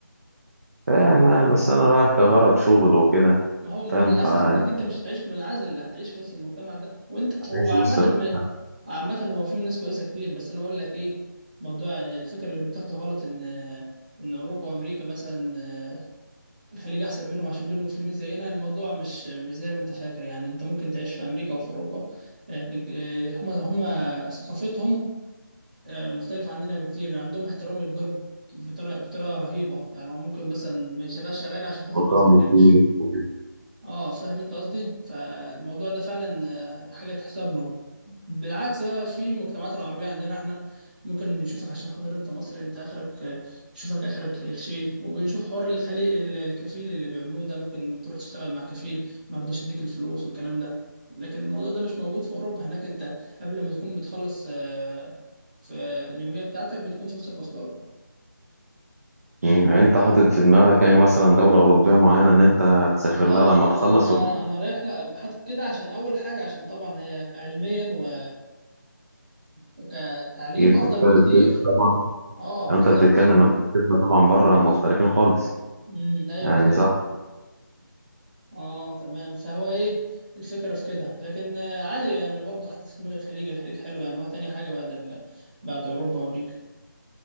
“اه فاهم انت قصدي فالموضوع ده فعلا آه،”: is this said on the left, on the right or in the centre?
Right